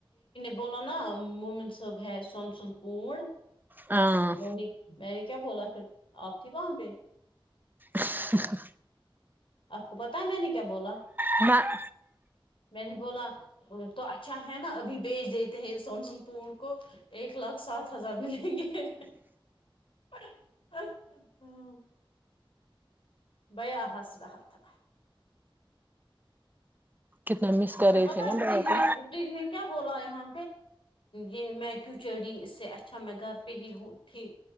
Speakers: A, on the left (about 70°); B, on the right (about 20°).
A: بولو نا مومن صاحب ہے سون سند پوڑ
B: ہاں
A: م نے میں نے کیا بولا تھا پھر آپ تھی وہاں پہ
B: ہ
A: آپ کو پتا ہے میں نے کیا بولا
B: ہم <unintelligible>
A: میں نے بولا تو اچھا ہے نا ابھی بیچ دیتے ہیں سمسن پونڈ کو ایک لاکھ سات ہزار ملیں گے ہ ہاں <unintelligible> بیا ہ س رہہ تھا
B: کتنا مس
A: تمہیں
B: کر رہے
A: پتا
B: تھے نا
A: رپ
B: بابا
A: دی جی
B: کو
A: نے رپ دی جی نے کیا بولا ہے یہاں یہ میں کیوں چڑھی اس سے اچھا میں گھر پہ ہی تھی